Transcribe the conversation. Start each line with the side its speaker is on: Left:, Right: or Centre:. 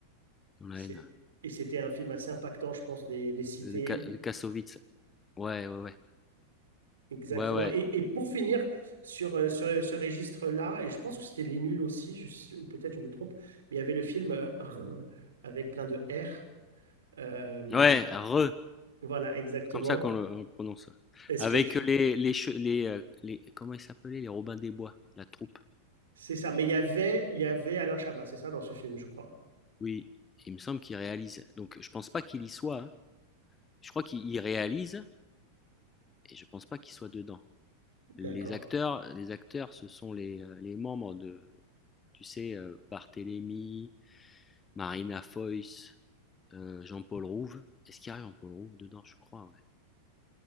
Left: dans la
Right: C'est-
Left: haine.
Right: Et c'était un film assez impactant, je pense, des, des cités
Left: Euh, De Ka de Kassovitz. Ouais, ouais, ouais.
Right: Exactement.
Left: Ouais, ouais.
Right: Et, et pour finir sur, euh, sur euh, ce registre-là, et je pense que c'était Les Nuls aussi, je sais- ou peut-être je me trompe, mais il y avait le film euh, Rrr avec plein de R. Euh,
Left: Ouais, Re,
Right: voilà, exactement.
Left: comme ça qu'on le on le prononce. ouais.
Right: Est-ce
Left: Avec
Right: que tu...
Left: les les che les, heu, les comment ils s'appelaient? Les Robins des Bois, la troupe.
Right: C'est ça. Mais il y avait, il y avait Alain Chabat, c'est ça, dans ce film, je crois.
Left: Oui, il me semble qu'il réalise. Donc je pense pas qu'il y soit, hein. Je crois qu'il il réalise et je pense pas qu'il soit dedans. Les
Right: D'accord.
Left: acteurs les acteurs, ce sont les, heu, les membres de tu sais, heu, Barthélemy, Marina Foïs Heu, Jean-Paul Rouve. Est-ce qu'il y a Jean-Paul Rouve dedans? Je crois, ouais.